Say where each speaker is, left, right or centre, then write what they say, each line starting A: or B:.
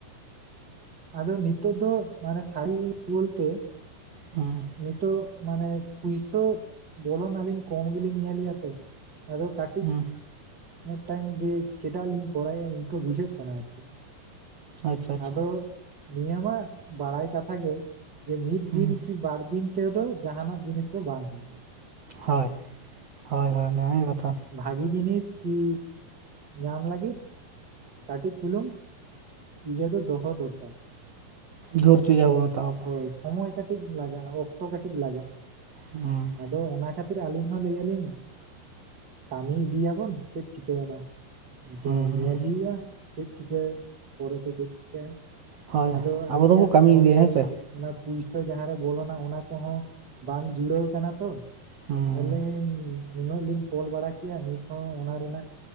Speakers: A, on the right (about 35°); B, on the right (about 60°).
A: ᱟᱫᱚ ᱱᱤᱛᱚᱜᱜ ᱫᱚ ᱢᱟᱱᱮ ᱥᱟᱹᱨᱤ ᱵᱚᱞᱛᱮ।
B: ᱦ <unintelligible>
A: ᱱᱤᱛᱚᱜ ᱢᱟᱱᱮ ᱯᱩᱭᱥᱟᱹ ᱵᱚᱞᱚᱱ ᱟᱹᱞᱤᱧ ᱠᱚᱢ ᱜᱮᱞᱤᱧ ᱧᱮᱞᱮᱜᱼᱟ ᱛᱚ। ᱟᱫᱚ ᱠᱟᱹᱴᱤᱡ
B: ᱦᱩᱸ
A: ᱢᱤᱫᱴᱟᱝ ᱡᱮ ᱪᱮᱫᱟᱜ ᱞᱤᱧ ᱠᱚᱨᱟᱭᱟ ᱤᱱᱠᱟᱹ ᱵᱩᱡᱷᱟᱹᱜ ᱠᱟᱱᱟ ᱟᱨᱠᱤ।
B: ᱟᱪᱪᱷᱟ ᱟᱪᱪᱷᱟ
A: ᱟᱫᱚ ᱱᱤᱭᱟᱹᱢᱟ ᱵᱟᱲᱟᱭ ᱠᱟᱛᱷᱟ ᱜᱮ ᱡᱮ ᱢᱤᱫ
B: ᱦᱩᱸ
A: ᱫᱤᱱ ᱠᱤ ᱵᱟᱨ ᱫᱤᱱ। ᱛᱚ ᱡᱟᱦᱟᱱᱟᱜ ᱡᱤᱱᱤᱥ ᱫᱚ ᱵᱟᱝ ᱦᱳᱼᱟ।
B: ᱦᱳᱭ ᱦᱳᱭ ᱦᱳᱭ ᱦᱳᱭ ᱱᱚᱣᱟ ᱜᱮ ᱠᱟᱛᱷᱟ।
A: ᱵᱷᱟᱜᱤ ᱡᱤᱱᱤᱥ ᱠᱤ ᱧᱟᱢ ᱞᱟᱹᱜᱤᱫ ᱠᱟᱹᱴᱤᱡ ᱪᱩᱞᱩᱝ। ᱱᱤᱡᱮ ᱫᱚ ᱫᱚᱦᱚ ᱫᱚᱨᱠᱟᱨ।
B: ᱫᱷᱳᱨᱡᱚ ᱡᱟᱦᱟᱸ ᱵᱚᱱ ᱦᱟᱛᱟᱣ ᱟᱠᱟᱫ
A: ᱦᱳᱭ ᱥᱚᱢᱚᱭ ᱠᱟᱹᱴᱤᱡ ᱞᱟᱜᱟᱜᱼᱟ ᱚᱠᱛᱚ ᱠᱟᱹᱴᱤᱡ ᱞᱟᱜᱟᱜᱼᱟ।
B: ᱦᱩᱸ
A: ᱟᱫᱚ ᱚᱱᱟ ᱠᱷᱟᱹᱛᱤᱨ ᱟᱹᱞᱤᱧ ᱦᱚᱸ ᱞᱟᱹᱭᱟᱞᱤᱧ। ᱠᱟᱹᱢᱤ ᱤᱫᱤᱭᱟᱵᱚᱱ ᱪᱮᱫ ᱪᱤᱠᱟᱹ ᱭᱮᱱᱟ ᱫᱮ
B: ᱦᱩᱸ
A: ᱧᱮᱞ ᱦᱩᱭᱩᱜᱼᱟ ᱪᱮᱫ ᱪᱤᱠᱟᱹ ᱯᱚᱨᱮᱛᱮ ᱪᱮᱫ ᱠᱟ
B: ᱦᱳᱭ
A: ᱟᱫᱚ ᱟᱹᱞᱤᱧᱟᱜ
B: ᱟᱵᱚ ᱫᱚᱵᱚ ᱠᱟᱹᱢᱤ
A: ᱱᱚᱰᱮ
B: ᱤᱫᱤᱭᱟ ᱦᱮᱸ ᱥᱮ
A: ᱚᱱᱟ ᱯᱩᱭᱥᱟᱹ ᱡᱟᱦᱟᱸ ᱨᱮ ᱵᱚᱞᱚᱱᱟ ᱚᱱᱟ ᱠᱚᱦᱚᱸ ᱵᱟᱝ ᱡᱩᱲᱟᱹᱣ ᱟᱠᱟᱱᱟ ᱛᱚ
B: ᱦᱩᱸ
A: ᱟᱞᱮᱻ ᱩᱱᱟᱹᱜ ᱞᱤᱧ ᱠᱚᱞ ᱵᱟᱲᱟ ᱠᱮᱭᱟ ᱱᱤᱛ ᱦᱚᱸ ᱚᱱᱟ ᱨᱮᱱᱟᱜ